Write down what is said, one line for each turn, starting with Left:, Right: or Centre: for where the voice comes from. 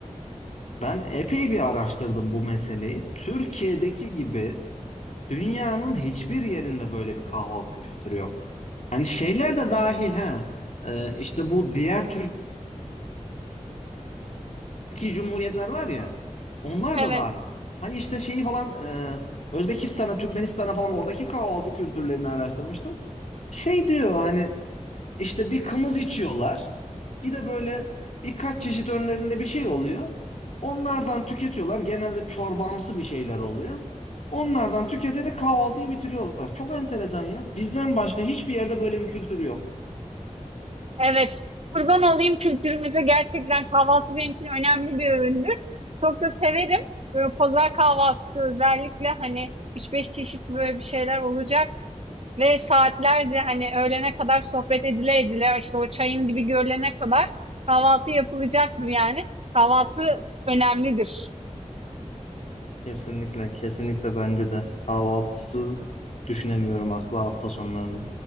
Left: ben epey bir araştırdım bu meseleyi. Türkiye'deki gibi dünyanın hiçbir yerinde böyle bir kahvaltı kültürü yok. Hani şeyler de dahil ha. Ee, işte bu diğer Türkiye Cumhuriyetler var ya. Onlar
Right: Evet,
Left: da dahil. Hani işte şeyi falan e, Özbekistan'a, Türkmenistan'a falan oradaki kahvaltı kültürlerini araştırmıştım. Şey diyor hani işte bir kımız içiyorlar. Bir de böyle birkaç çeşit önlerinde bir şey oluyor. Onlardan tüketiyorlar. Genelde çorbamsı bir şeyler oluyor. Onlardan tüketerek kahvaltıyı bitiriyorlar. Çok enteresan ya. Bizden başka hiçbir yerde böyle bir kültür yok.
Right: evet. Kurban olayım kültürümüze gerçekten kahvaltı benim için önemli bir öğündür. Çok da severim. Böyle pazar kahvaltısı özellikle hani üç beş çeşit böyle bir şeyler olacak ve saatlerce hani öğlene kadar sohbet edile edile işte o çayın dibi görülene kadar kahvaltı yapılacaktır yani. Kahvaltı önemlidir.
Left: Kesinlikle, kesinlikle bence de. Kahvaltısız düşünemiyorum asla hafta sonlarını.